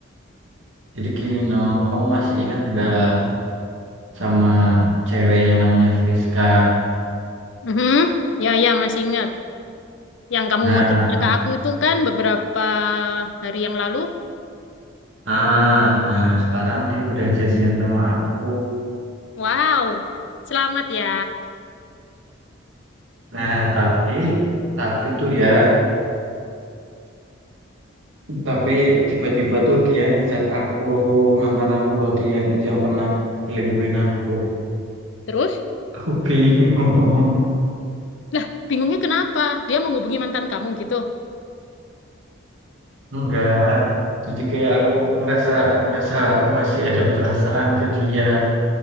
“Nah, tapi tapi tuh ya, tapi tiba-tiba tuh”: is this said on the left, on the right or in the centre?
Right